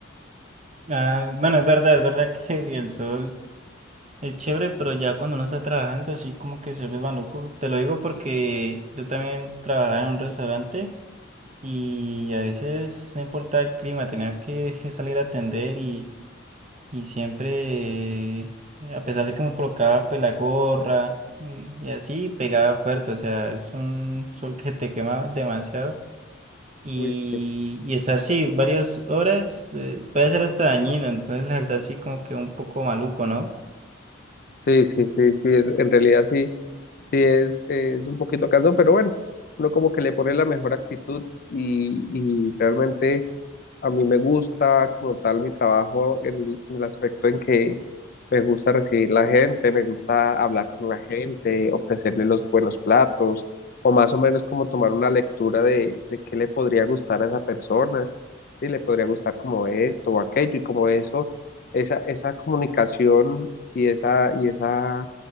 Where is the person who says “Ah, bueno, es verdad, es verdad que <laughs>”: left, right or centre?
Right